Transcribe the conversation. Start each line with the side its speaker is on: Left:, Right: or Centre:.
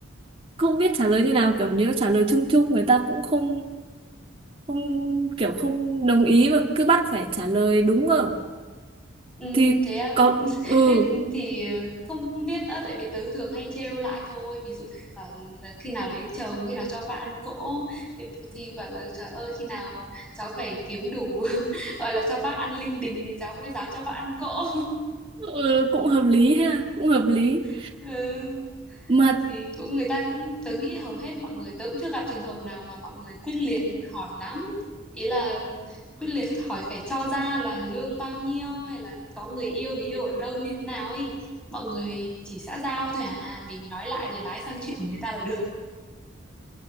Right: không biết trả lời như nào kiểu nếu trả lời chung chung người ta cũng không không kiểu không đồng ý và cứ bắt phải trả lời đúng rồi
Centre: Ừ,
Right: thì
Centre: thế à?
Right: có
Centre: <laughs>
Right: ừ,
Centre: Thế thì ờ, không không biết nữa tại vì tớ thường hay trêu lại thôi ví dụ bảo là khi nào lấy chồng khi nào cho bạn cỗ thì thì bảo là trời ơi khi nào cháu phải kiếm đủ <laughs> gọi là cho bác ăn linh đình thì cháu mới dám cho bác ăn cỗ
Right: ừ cũng hợp lý ha cũng hợp lý
Centre: <laughs> ừ,
Right: mà
Centre: thì cũng người ta cũng tớ nghĩ hầu hết mọi người tớ cũng chưa gặp trường hợp nào mà mọi người quyết liệt hỏi lắm ý là quyết liệt hỏi phải cho ra là lương bao nhiêu hay là có người yêu người yêu ở đâu như thế nào ấy mọi người chỉ xã giao thôi à mình nói lại rồi lái sang chuyện của người ta là được